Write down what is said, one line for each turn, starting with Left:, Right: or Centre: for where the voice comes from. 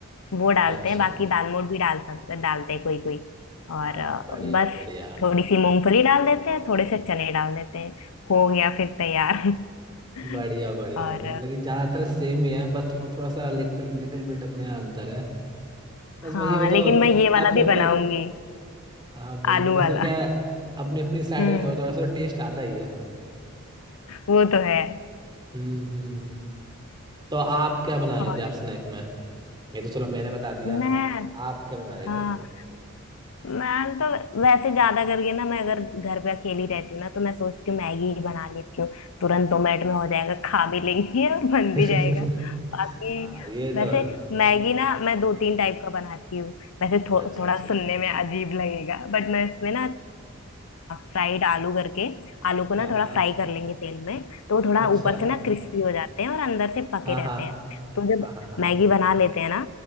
Left: वो डालते
Right: अच्छा
Left: हैं बाकी दाल मोठ भी डाल सक डालते हैं कोई कोई और
Right: हाँ
Left: अ,
Right: बढ़िया
Left: बस
Right: बढ़िया
Left: थोड़ी सी मूंगफली डाल देते हैं थोड़े से चने डाल देते हैं हो गया फिर तैयार <laughs>
Right: बढ़िया बढ़िया
Left: और
Right: मतलब
Left: अ,
Right: कि ज़्यादातर सेम ही है बस थोड़ा थोड़ा सा लिटिल लिटिल बिट अपने यहाँ अंतर है बस
Left: हाँ
Right: भैया बताओ
Left: लेकिन मैं ये वाला
Right: आपने
Left: भी
Right: अपने
Left: बनाऊंगी
Right: हाँ बिल्कुल
Left: आलू
Right: वैसे
Left: वाला
Right: भी क्या है अपनी अपनी साइड
Left: हम्म
Right: का थोड़ा थोड़ा सा टेस्ट आता ही है
Left: वो तो है
Right: हम्म हम्म हम्म तो आप क्या बना रहे
Left: और
Right: थे आप स्नैक में ये तो चलो मैंने बता दिया
Left: मैं
Right: आप क्या बना रहे
Left: हाँ
Right: थे
Left: मैं तो वैसे ज्यादा करके ना मैं अगर घर पे अकेली रहती हूँ ना तो मैं सोचती हूँ मैगी ही बना लेती हूँ तुरंत दो मिनट में हो जाएगा खा भी लेंगे और बन
Right: <laughs>
Left: भी जाएगा बाकी
Right: हाँ ये
Left: वैसे
Right: तो है
Left: मैगी ना मैं दो तीन टाइप का बनाती हूँ वैसे थो,
Right: अच्छा
Left: थोड़ा
Right: अच्छा
Left: सुनने में अजीब लगेगा बट मैं इसमें ना फ्राइड आलू करके आलू को ना
Right: हाँ
Left: थोड़ा
Right: हाँ
Left: फ्राई कर लेंगे तेल में तो वो थोड़ा
Right: अच्छा
Left: ऊपर से ना क्रिस्पी हो जाते हैं और अंदर से पके
Right: हाँ हाँ
Left: रहते हैं तो जब
Right: हाँ हाँ हाँ
Left: मैगी बना लेते हैं ना